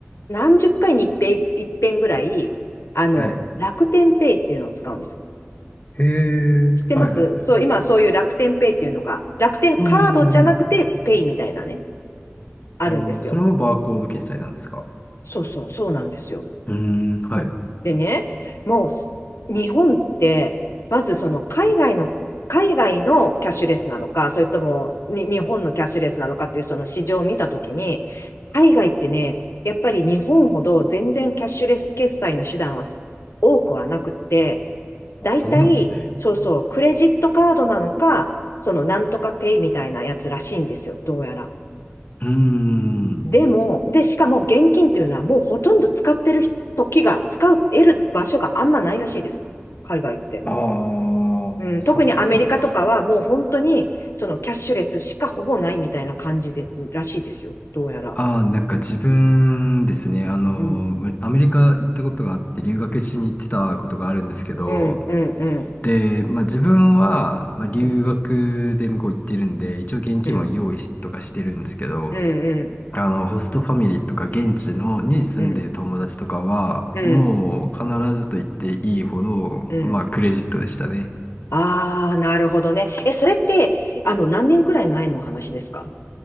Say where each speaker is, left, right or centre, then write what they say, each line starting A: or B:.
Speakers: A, on the left; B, on the left.
A: 何十回に一遍、一遍ぐらい、あの、
B: はい。
A: 楽天ペイっていうのを使うんですよ。
B: へえ、
A: 知ってますそう、
B: はいはいはい。
A: 今そういう楽天ペイっていうのが、楽天カードじゃなくて、
B: うんうん
A: ペイみたいなね、あるんですよ。
B: うん。ああ、それもバーコード決済なんですか。
A: そうそう、そうなんですよ。
B: うん、はい。
A: でね、もうす日本って、まずその海外の、海外のキャッシュレスなのか、それともに日本のキャッシュレスなのかっていうその市場を見たときに、海外ってね、やっぱり日本ほど全然キャッシュレス決済の手段はす多くはなくって、
B: あ、
A: だいたい、
B: そうなんですね。
A: そうそう、クレジットカードなのか、そのなんとかペイみたいなやつらしいんですよ、どうやら。
B: うーん。
A: でも、で、しかも現金っていうのはもうほとんど使ってる時が、使う、得る場所があんまないらしいです。海外って。
B: あ
A: うん、
B: あ、そっかそっか。
A: 特にアメリカとかはもう本当にそのキャッシュレスしかほぼないみたいな感じで、らしいですよ。どうやら。
B: ああ、なんか自分ですね、あの、
A: うん、
B: むアメリカ行ったことがあって、留学しに行ってたことがあるんですけど、
A: うん、うん、うん、
B: で、まあ自分は、まあ、留学で向こう行ってるんで、
A: うん、
B: 一応現金も用意しとかしてるんですけど、
A: うん、うん、
B: あの、ホストファミリーとか現地のに住んでる友達とかは、
A: うん、うん、
B: もう必ずと言っていいほど、
A: うん。
B: まあクレジットでしたね。
A: ああー、なるほどね。え、それって、あの、何年くらい前の話ですか